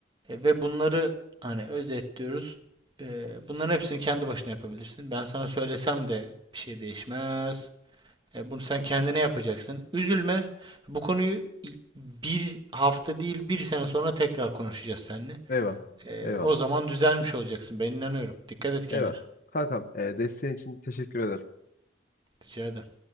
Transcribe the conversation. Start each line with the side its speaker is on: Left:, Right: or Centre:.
Right: E, ve bunları hani özetliyoruz. Eee, bunların hepsini kendi başına yapabilirsin. Ben sana söylesem de bir şey değişmez. E, bunu sen kendine yapacaksın. Üzülme. Bu konuyu bir hafta değil bir sene sonra tekrar konuşacağız seninle.
Left: Eyvallah.
Right: E,
Left: Eyvallah.
Right: o zaman düzelmiş olacaksın. Ben inanıyorum. Dikkat et kendine.
Left: Eyvallah. Kankam e, desteğin için teşekkür ederim.
Right: Rica ederim.